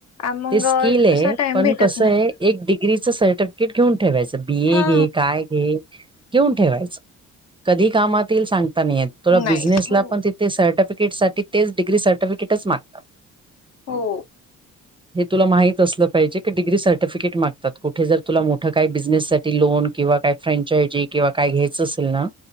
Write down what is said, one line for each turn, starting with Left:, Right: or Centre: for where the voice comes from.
Left: मग
Right: ते स्किल आहे
Left: असा टाइम
Right: पण
Left: भेटत
Right: कसं
Left: नाही.
Right: आहे एक डिग्रीचं सर्टिफिकेट घेऊन ठेवायचं. बी
Left: हा.
Right: ए घे काय घे घेऊन ठेवायचं कधी कामात येईल सांगता नाही येत तुला
Left: नाही.
Right: बिझनेसला
Left: हो
Right: पण ते ते सर्टीफीकेट साठी तेच डिग्री सर्टिफिकेटच मागतात.
Left: हो.
Right: हे तुला माहित असल पाहिजे की डग्री सर्टिफिकेट मागतात कुठे जर तुला मोठं काय बिझनेस साठी ती लोन किंवा काय फ्रँचायजी किंवा काय घ्यायचं असेल ना